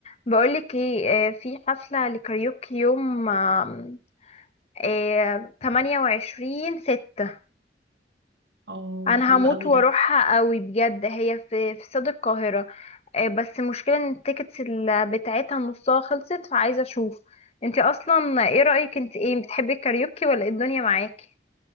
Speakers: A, on the left (about 35°); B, on the right (about 70°).
A: بقولك ايه آه، في حفلة لكاريوكي يوم آم، آه، 28 ستة
B: اه
A: انا
B: حلو
A: هموت
B: قوي
A: واروحها
B: ده
A: قوي بجد هي في في استاد القاهرة آه، بس المشكلة ان التيكتس ال- بتاعتها نصها خلصت فعايزة اشوف انتي اصلا ايه رأيك انت ايه بتحبي الكاريوكي ولا ايه الدنيا معاكي